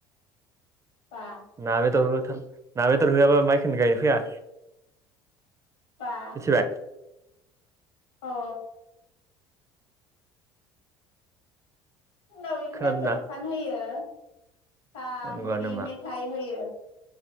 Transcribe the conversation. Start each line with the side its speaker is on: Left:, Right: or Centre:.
Left: बा
Right: ना बेदर होथार ना बेदर होआबा माइखौनो गायनो फैया
Left: बा
Right: मिथिबाय
Left: अ उनाव बिदिनो
Right: खोनादोंना
Left: जलफान होयो सा
Right: नंगौ
Left: मुरि
Right: नामा
Left: मेथाय होयो